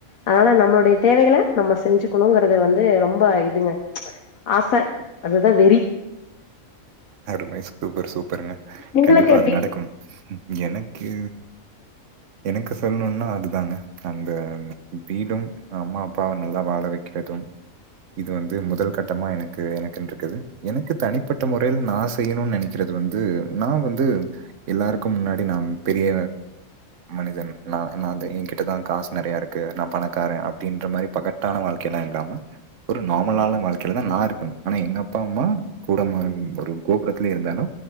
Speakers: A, on the left (about 80°); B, on the right (about 65°).
A: அதனால நம்ளோடைய தேவைகள நம்ம செஞ்சுக்ணுங்கறது வந்து ரொம்ப இதுங்க ஆச அதுதா வெறி
B: அருமை சூப்பர் சூப்பருங்க
A: உங்களுக்கு
B: கண்டிப்பா
A: எப்டி
B: அது நடக்கும் ம் எனக்கு எனக்கு சொல்ணுன்னா அதுதாங்க அங்க வீடும் அம்மா அப்பாவ நல்லா வாழ வெக்கிறதும் இது வந்து முதல் கட்டமா எனக்கு எனக்குன்ருக்குது எனக்கு தனிப்பட்ட முறைல நா செய்யணுனு நெனைக் க்கிறது வந்து நா வந்து எல்லாருக்கு முன்னாடி நா பெரிய மனிதன் நா நாந்தே எங்கிட்டதா காசு நெறைய இருக்கு நா பணக்காரே அப்டின்ற மாரி பகட் டான வாழ்க்கைன இல்லாம ஒரு நார்மலான வாழ்க்கைலதா நா இருக்கணு ஆனா எங்க அப்பா அம்மா கூடமா <inaudible> ஒரு கோபுரத்துலே இருந்தாலு